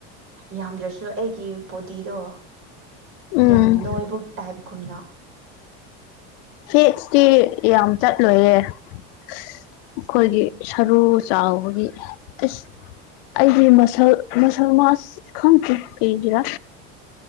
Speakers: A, on the right (about 45°); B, on the left (about 70°).
A: ꯌꯥꯝꯗ꯭ꯔꯁꯨ ꯑꯩꯒꯤ ꯕꯣꯗꯤꯗꯣ
B: ꯎꯝ
A: ꯌꯥꯝ ꯅꯣꯏꯕꯧ ꯇꯥꯏꯞ ꯈꯨꯟꯅ
B: ꯍꯦꯁꯇꯤ ꯌꯥꯝ ꯆꯠꯂꯣꯏꯌꯦꯦ ꯑꯩꯈꯣꯏꯒꯤ
A: ꯎꯝ
B: ꯁꯔꯨ ꯆꯥꯎꯕꯒꯤ ꯑꯦꯁ ꯑꯩꯗꯤ ꯃꯁꯜ ꯃꯁꯜ ꯃꯥꯥꯁ ꯈꯪꯗꯦ ꯀꯩꯒꯤꯔꯥ